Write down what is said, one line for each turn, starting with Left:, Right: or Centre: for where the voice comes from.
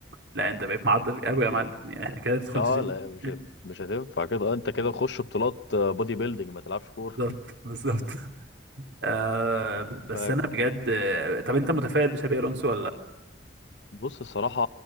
Right: لا انت بقيت معضل قوي يا معلم يعني احنا كده ندخل
Left: اه
Right: الجيم
Left: لا مش مش هتنفع كده آه، انت كده
Right: <laughs>
Left: تخش بطولات آه، بودي بيلدينج ما تلعبش كوره
Right: بالظبط بالظبط آه بس
Left: <laughs>
Right: انا بجد آه، طب انت متفائل بشابي الونسو ولا لا
Left: فبص الصراحه